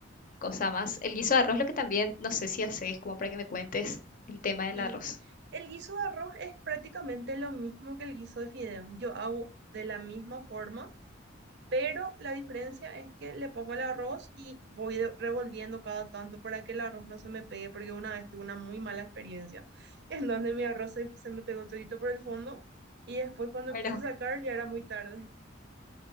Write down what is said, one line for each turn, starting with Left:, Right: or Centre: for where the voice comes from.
Left: cosa más. El guiso de arroz, lo que también no sé si haces, como para que me cuentes el tema del
Right: Y
Left: arroz.
Right: el guiso de arroz es prácticamente lo mismo que el guiso de fideo. Yo hago de la misma forma, pero la diferencia es que le pongo el arroz y voy de- revolviendo cada tanto para que el arroz no se me pegue, porque una vez tuve una muy mala experiencia <laughs> en donde mi arroz se, se me pegó todito por el fondo y después cuando
Left: Bueno,
Right: quise sacar ya era muy tarde.